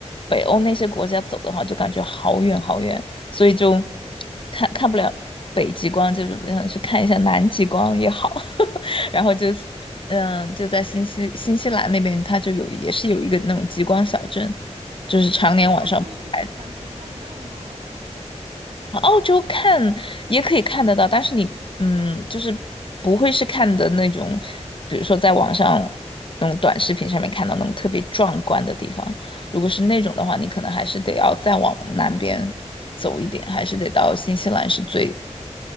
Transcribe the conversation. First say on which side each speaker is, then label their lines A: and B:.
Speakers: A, on the left; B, on the right.
A: 北欧那些国家走的话，就感觉好远好远，所以就看看不了北极光，就是想去看一下南极光也好。<laughs> 然后就是，嗯，就在新西新西兰那边，它就有也是有一个那种极光小镇，就是常年晚上不开的。
B: 澳洲是完全看不到的吗？澳洲
A: 澳洲看也可以看得到，但是你嗯，就是不会是看的那种，比如说在网上那种短视频上面看到那种特别壮观的地方。如果是那种的话，你可能还是得要再往南边走一点，还是得到新西兰是最